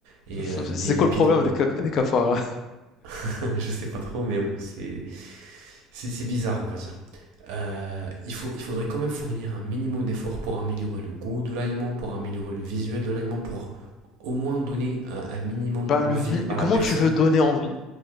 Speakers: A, on the right; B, on the left.
A: et
B: <laughs>
A: euh, des
B: C'est
A: lipides,
B: quoi le problème
A: en...
B: des, ca- des cafards? hein
A: <laughs> je sais pas trop, mais bon, c'est c'est bizarre, on va dire. Euh, il, faut, il faudrait quand même fournir un minimum d'efforts pour améliorer le goût de l'aliment, pour améliorer le visuel de l'aliment, pour au moins donner un, un minimum
B: Ben,
A: envie
B: le vi-
A: à la
B: comment
A: personne.
B: tu veux donner envie